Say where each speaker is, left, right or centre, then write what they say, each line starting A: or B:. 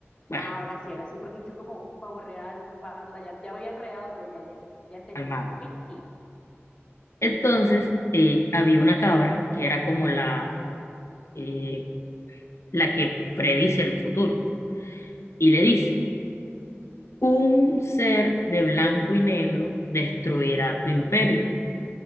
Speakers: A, on the left; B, on the left.
A: bueno,
B: Ahora sí, ahora sí, porque fue como un pavo real, un panda, ya, ya me había enredado, pero ya, ya, ya, ya entendí.
A: calmado.
B: Ok, sigue.
A: Entonces, eh, había una cabra que era como la, eh, la que predice el futuro y le dice, Un ser de blanco y negro destruirá tu imperio.